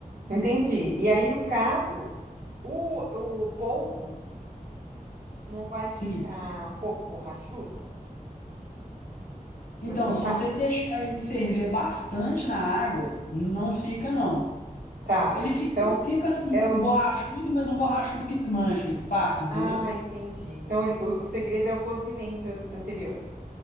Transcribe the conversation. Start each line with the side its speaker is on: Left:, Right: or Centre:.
Right: Entendi. E aí, no caso, o, o polvo não vai
Left: Sim.
Right: ficar um pouco borrachudo
Left: Então,
Right: se eu fritar?
Left: se você deixar ele ferver bastante na água, não fica, não.
Right: Tá.
Left: Ele fica,
Right: Então,
Left: fica assim,
Right: é
Left: um
Right: o.
Left: borrachudo, mas um borrachudo que desmancha, fácil, entendeu?
Right: Ah, entendi. Então, ele- o, o segredo é o cozimento anterior.